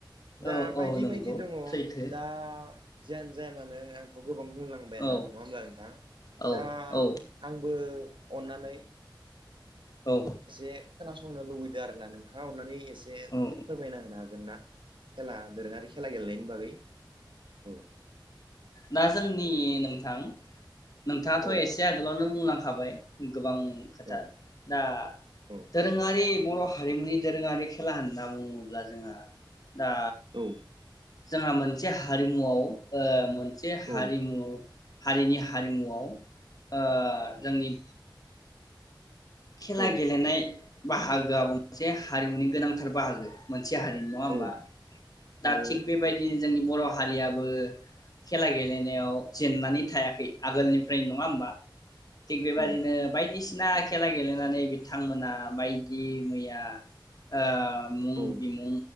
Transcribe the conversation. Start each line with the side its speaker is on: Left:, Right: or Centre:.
Right: दा
Left: औ
Right: बायदि
Left: औ नंगौ
Right: बायदि दङ
Left: सैथो
Right: दा जियानो जाया मानो आंखौ गोबां बुंलांबायानो
Left: औ
Right: नङा होमब्ला नोंथां
Left: औ
Right: दा
Left: औ
Right: आंबो अन्नानै
Left: औ
Right: इसे खोनासंनो लुबैदों आरो ना नोंथाङा अननानै- एसे
Left: औ
Right: फोरमायना होनो हागोन ना? खेला दोरोङारि खेला गेलेनायनि बागै औ
Left: ना जोंनि नोंथां नोंथाङाथ
Right: औ
Left: एसे आगोलावनो बुंलां खाबाय गोबां खोथा
Right: औ
Left: दा
Right: औ
Left: दोरोंङारि बर' हारिमुनि दोरोङारि खेला होनना बुङोब्ला जोङा दा
Right: औ
Left: जोंहा मोनसे हारिमुवआव ओ मोन से
Right: औ
Left: हारिमु हारिनि हारिमुआव ओ जोंनि खेला
Right: औ
Left: गेलेनाय बाहागोआब मोनसे हारिमुनि गोनांथार बाहागो मोन से हारिनि नङा होमबा
Right: औ थारैनो
Left: दा थिग बेबायदिनो जोंनि बर' हारियाबो खेला गेलेनायाव जेननानै थायाखै आगोलनिफ्राय नङा होमबा थिग बेबायदिनो
Right: औ
Left: बायदिसिना खेला गेलेनानै बिथांमोना बायदि मैया ओ बानमुं
Right: औ
Left: बिमुं